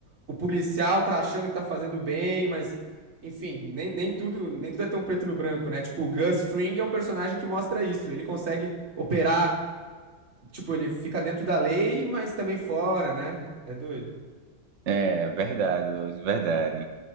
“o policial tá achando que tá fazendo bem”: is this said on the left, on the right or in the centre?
Right